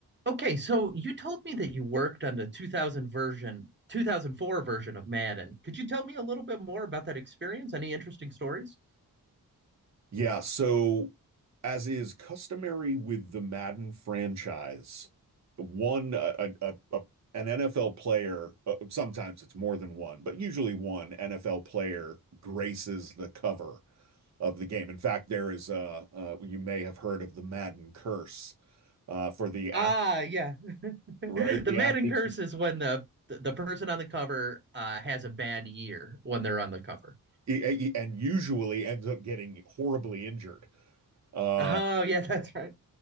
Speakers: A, on the right; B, on the right.
A: Okay, so you told me that you worked on the 2000 version, 2004 version of Madden. Could you tell me a little bit more about that experience? Any interesting stories?
B: Yeah, so as is customary with the Madden franchise, one a, a, a, a- an NFL player, uh, sometimes it's more than one, but usually one NFL player graces the cover of the game. In fact, there is uh, uh you may have heard of the Madden curse uh for the
A: Ah,
B: athlete,
A: yeah. <laughs> The
B: right? The
A: Madden
B: athlete
A: curse is when the the person on the cover uh, has a bad year when they're on the cover.
B: e- e- e, and usually ends up getting horribly injured. Uh
A: Oh, yeah, that's right.